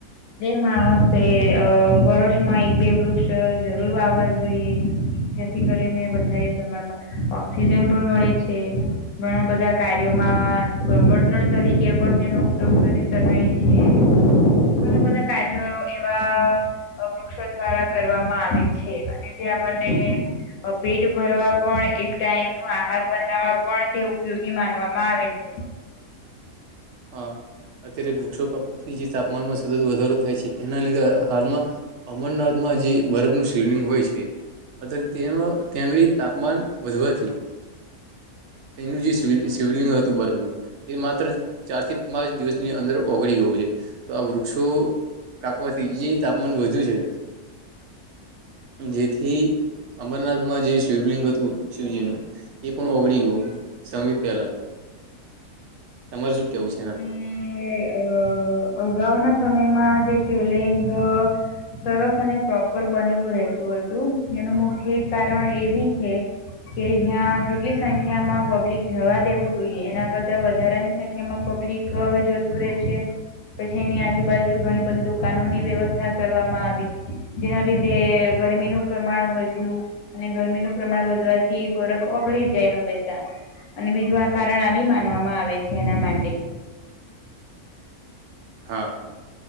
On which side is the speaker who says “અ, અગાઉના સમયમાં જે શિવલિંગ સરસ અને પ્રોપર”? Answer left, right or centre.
Left